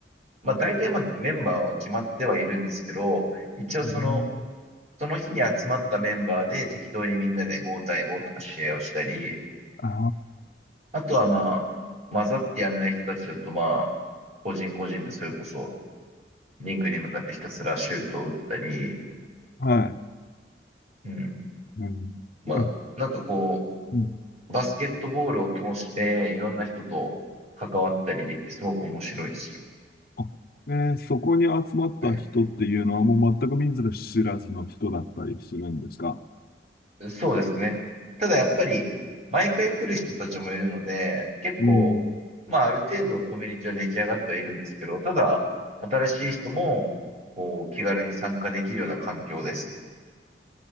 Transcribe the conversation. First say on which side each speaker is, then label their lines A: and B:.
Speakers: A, on the right; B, on the left.
A: まあ大体まあメンバーは決まってはいるんですけど、一応その、
B: うん
A: その日に集まったメンバーで適当にみんなで5対5とか試合をしたり、
B: ああ、
A: あとはまあ、混ざってやんない人たちだとまあ、個人個人でそれこそリングに向かってひたすらシュートを打ったり、
B: はい。
A: うん。
B: うん、
A: まあ、
B: うん
A: なんかこ
B: うん
A: バスケットボールを通して、いろんな人と関わったりできて、すごく面白いですよ。
B: あえーそこに集まった人っていうのはもう全く見ず知らずの人だったりするんですか
A: はい。そうですね。ただやっぱり、毎回来る人たちもいるので、結構、
B: うん。
A: まあ、ある程度コミュニティは出来上がってはいるんですけど、ただ、新しい人も、こう、気軽に参加できるような環境です。